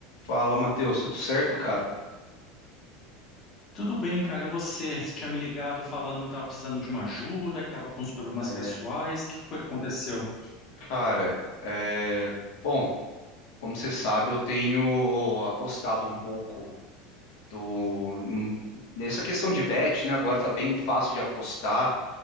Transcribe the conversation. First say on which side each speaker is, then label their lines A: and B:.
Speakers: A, on the left; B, on the left.
A: Fala, Matheus, tudo certo, cara?
B: Tudo bem, cara. E você? Você tinha me ligado falando que estava precisando de uma ajuda, que estava com uns problemas
A: É,
B: pessoais. O que que foi que aconteceu?
A: cara, é, bom, como você sabe, eu tenho apostado um pouco do num- nessa questão de bet, né? Agora tá bem fácil de apostar